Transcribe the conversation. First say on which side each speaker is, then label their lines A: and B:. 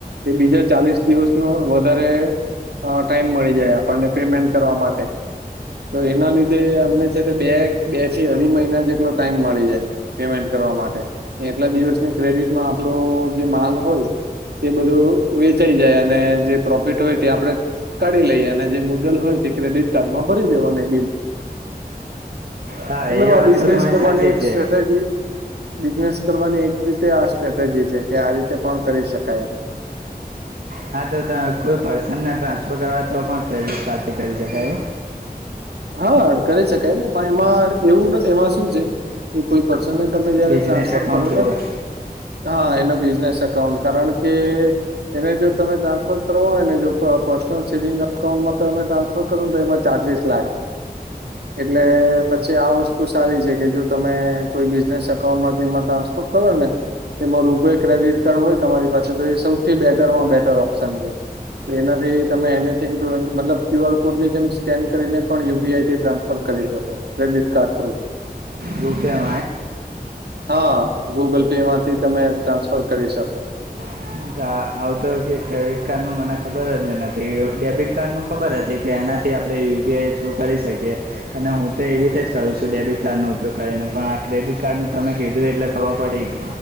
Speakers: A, on the right; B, on the right.
A: એ બીજા ચાલીસ દિવસ નો હોય વધારે હા ટાઈમ મળી જાય આપણને પેમેન્ટ કરવા માટે તો એના લીધે અમને છે તે બે બે થી અઢી મહિના જેટલો ટાઈમ મળી જાય. પેમેન્ટ કરવા માટે એટલા દિવસની ક્રેડિટમાં આપડો જે માલ હોય. તે બધું વેચાઈ જાય અને જે પ્રોફિટ હોય તે આપડે કાઢી લઈએ અને જે મુદલ હોય તે ક્રેડિટ કાર્ડમાં ભરી દેવાની બિલ
B: હા
A: મતલબ
B: એ
A: આ
B: વાત
A: બિઝનેસ
B: તો તમારી
A: કરવાની
B: સાચી જ
A: એક
B: છે.
A: સ્ટ્રેટેજી બિઝનેસ કરવાની એક રીતે આ સ્ટ્રેટેજી છે કે આ રીતે પણ કરી શકાય એમ.
B: હા તો કોઈ પર્સનને ટ્રાન્સફર કરવા તો પણ ક્રેડિટ કાર્ડ થી કરી શકાય એ
A: હા કરી શકાય ને પણ એમાં એવું એમાં શું છે. કે કોઈ પર્સનને તમે જયારે
B: બિઝનેસ
A: ટ્રાન્સફર
B: એકાઉન્ટ
A: કરો
B: જોવે
A: ને. હા એનો બિઝનેસ એકાઉન્ટ કારણ કે એને જો તમે ટ્રાન્સફર કરવા હોય ને જો પર્સનલ સેવિંગ અકાઉન્ટમાં તમે ટ્રાન્સફર કરો તો એમાં ચાર્જિસ લાગે એટલે પછી આ વસ્તુ સારી છે કે જો તમે કોઈ બિઝનેસ અકાઉન્ટમાં કે એમાં ટ્રાન્સફર કરો ને તેમાં રૂપે ક્રેડિટ કાર્ડ હોય તમારી પાસે તો એ સૌથી બેટરમાં બેટર ઓપ્શન છે. તો એનાથી તમે એનીથિંગ મતલબ ક્યુ આર કોડ ની જેમ સ્કેન કરીને પણ યુપીઆઈથી ટ્રાન્સફર કરી શકો ક્રેડિટ કાર્ડ થ્રુ
B: યુકે એમ
A: હા ગૂગલ પે માંથી તમે ટ્રાન્સફર કરી શકો.
B: એમ આવતો ક્રેડિટ કાર્ડ નું મને ખબર જ નથી ડેબિટ કાર્ડ નું ખબર હતી કે એનાથી આપણે યુપીઆઈ થ્રુ કરી શકીએ. અને હું તો એવી રીતે જ કરું છું ડેબિટ કાર્ડનો ઉપયોગ કરીને પણ આ ક્રેડિટ કાર્ડનું તમે કીધું એટલે ખબર પડી.